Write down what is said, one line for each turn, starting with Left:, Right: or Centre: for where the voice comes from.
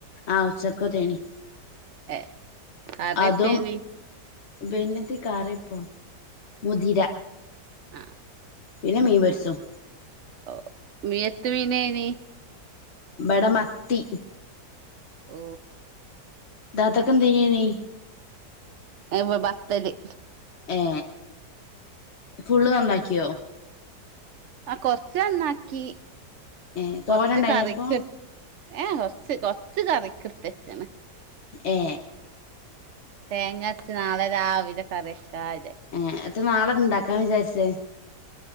Left: ആഹ് ഉച്ചക്ക് അതേനി
Right: ഏ കറിയെത്തേനി
Left: അതും പിന്നെന്താ കറിപ്പം മുതിര.
Right: ആ
Left: പിന്നെ മീൻ പൊരിച്ചതും
Right: ഓ മീ എത്ത മീനനി
Left: ബടമത്തി
Right: ഓ
Left: ദാതക്കെന്തേനി
Right: <unintelligible> ബത്തല്
Left: ഏ ഫുള്ള് നന്നാക്കിയോ
Right: ആ കൊറച്ച നണ്ണാക്കി
Left: ഏഹ്
Right: കൊറച്ച്
Left: തോരണ്ടായിനപ്പൊ
Right: കറിക്ക് ഏ കൊറച്ച് കൊറച്ച് കറിക്ക എടുത്തച്ചാണ്
Left: ഏ
Right: തേങ്ങച്ച നാളെ രാവിലെ കറിയക്കാെ
Left: ഏ അത്ര നാളെ ഉണ്ടാക്കാൻ വിചാരിച്ചേ